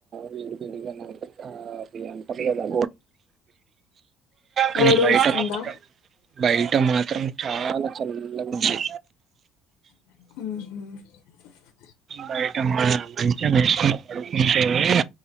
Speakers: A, on the right; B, on the left.
A: వేడి వేడిగా <unintelligible> అవి అంటారు కదా కానీ
B: వేడిగ
A: బయట
B: వస్తుందా
A: మాత్రం బయట మాత్రం చాలా చల్లగా ఉంది
B: ఉహు
A: బయట మాత్రం మంచం వేసుకోని పడుకుంటే